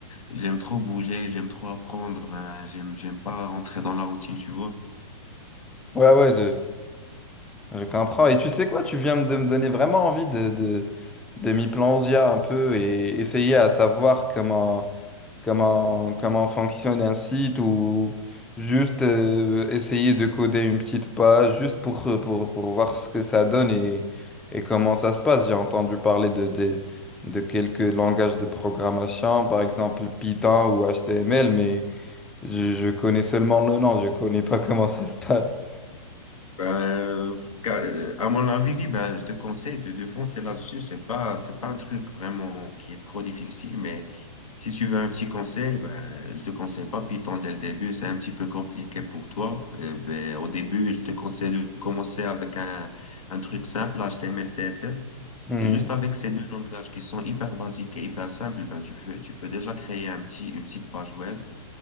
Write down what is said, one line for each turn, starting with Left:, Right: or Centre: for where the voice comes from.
Left: J'aime trop bouger, j'aime trop apprendre, ben, j'aime, j'aime pas rentrer dans la routine, tu vois.
Centre: Ouais, ouais, Je comprends. Et tu sais quoi, tu viens de me donner vraiment envie de, de, de m'y plonger un peu et essayer à savoir comment, comment, comment fonctionne un site ou juste euh, essayer de coder une petite page juste pour, pour, pour voir ce que ça donne et, et comment ça se passe. J'ai entendu parler de, de, de quelques langages de programmation, par exemple Python ou HTML, mais je, je connais seulement le nom, je connais pas <laughs> comment ça se passe.
Left: Ben, ca- à mon avis, ben, je te conseille de défoncer là-dessus. C'est pas, c'est pas un truc vraiment qui est trop difficile, mais si tu veux un petit conseil, ben, je te conseille pas Python dès le début. C'est un petit peu compliqué pour toi. Euh, ben, au début, je te conseille de commencer avec un, un truc simple, HTML, CSS.
Centre: Mhm.
Left: Et juste avec ces deux langages qui sont hyper basiques et hyper simples, ben, tu peux, tu peux déjà créer un petit, une petite page web.